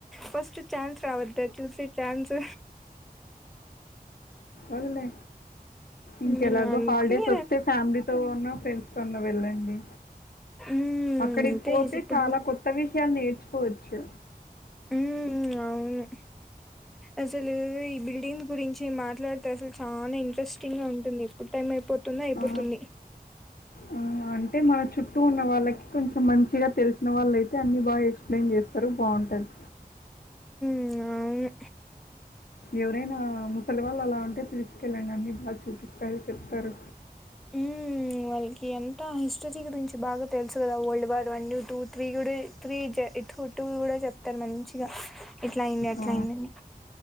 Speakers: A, in the centre; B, on the left.
A: బస్ చాన్స్ రావాలద్దదు చూసి చాన్స్
B: అలే ఇంకెలాగో
A: మ్మ్ అనుకుని
B: హాలిడేస్ వస్తే ఫ్యామిలీతో ఉన్న సే కొన్న వెళ్ళండి
A: మ్మ్
B: అక్కడికి
A: అంతే
B: పోతే
A: ఇప్పుడు
B: చాలా కొత్త విష <unintelligible> నేర్చుకోవచ్చు
A: మ్మ్ మ్మ్ అవును అసలు ఈ బిల్డింగ్ గురించ్ నేన్ మాట్లాడితే అసలు చానా ఇంట్రెస్ట్ <unintelligible> ఉంటుంది ఎప్పుడు టైం అయిపోతుందా ఐయిపోతుంది
B: ఆ, ఆ, అంటే మన చుట్టూ ఉన్న వాళ్ళకి కొంచెం మంచిగా తెల్స్ చిన్న వాళ్ళయితే అన్ని బాగా ఎక్స్ప్లెన్ చేస్తారు బావుంటాది.
A: మ్ అవ్ను
B: ఎవరైనా ముసలి వాళ్ళు అలా ఉంటే తీస్కెళ్ళండి అన్ని బాగా చూపిస్తారు చెప్తారు.
A: హ్మ్మ్ వాళ్ళకి అంట హిస్టరీ గురించి బాగా తెలుసు కదా ఓల్డ్ వార్ వన్ను టూ త్రీ కూడా త్రీ జా ఇట్ టు కూడా చెప్తారు మంచ్ యా ఇట్లా అయింది అట్లా
B: ఆ,
A: అయిందని